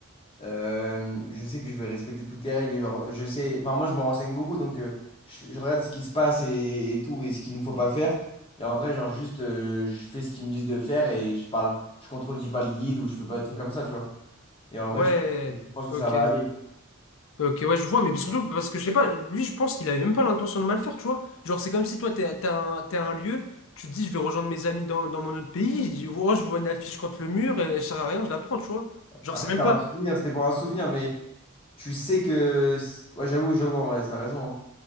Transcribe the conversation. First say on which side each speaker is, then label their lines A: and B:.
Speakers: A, on the left (about 25°); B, on the left (about 65°).
A: Euh, je sais que je vais respecter toutes les règles. et genre, je sais, enfin, moi, je me renseigne beaucoup, donc euh, je, je regarde ce qui se passe et, et tout, et ce qu'il ne faut pas faire. Et en vrai, genre, juste, euh, je fais ce qu'ils me disent de faire et je parle, je contredis pas le guide ou je fais pas des trucs comme ça, tu vois. Et en
B: Ouais,
A: vrai, je pense, que je pense que
B: ok.
A: ça va aller.
B: Ok, ouais, je vois, mais surtout parce que je sais pas, lui, je pense qu'il avait même pas l'intention de mal faire, tu vois. Genre, c'est comme si toi, t'es, t'es à un, t'es à un lieu, tu te dis, je vais rejoindre mes amis dans, dans mon autre pays, je vois, je vois une affiche contre le mur, et elle sert à rien, je la prends, tu vois. Genre,
A: Après,
B: c'est même
A: c'est un
B: pas.
A: souvenir, c'était pour un souvenir, mais tu sais que. c'est- Ouais, j'avoue, j'avoue, en vrai, t'as raison. hein.